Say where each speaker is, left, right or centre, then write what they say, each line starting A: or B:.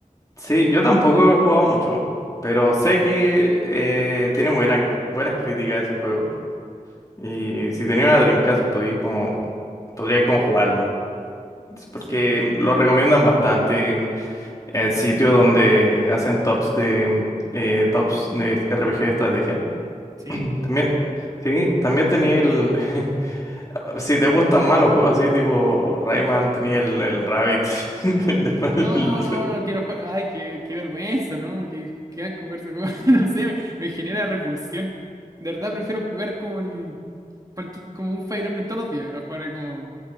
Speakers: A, on the left (about 25°); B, on the right (about 25°).
A: Sí, yo tampoco he jugado mucho, pero sé que eh, tiene buena, buenas críticas ese juego. Y si tenía una Dreamcast, podíais como, podríais como jugarlo. Es porque
B: Sí,
A: lo recomiendan bastante en, en sitios donde hacen tops de eh, tops de RPG de estrategia.
B: ¿Sí?
A: <clears throat> También, sí, también tenía el. <laughs> Si te gustan más los juegos así, tipo Rayman, tenía el, el Rabbit. <laughs> el de-
B: No,
A: el-
B: no,
A: el-
B: no quiero jugar. Ay, qué, qué vergüenza, ¿no? Qué, qué asco jugar ese juego. <laughs> No sé, me, me genera repulsión. De verdad prefiero jugar como el, cualqui- como un Fire Emblem todos los días a jugar como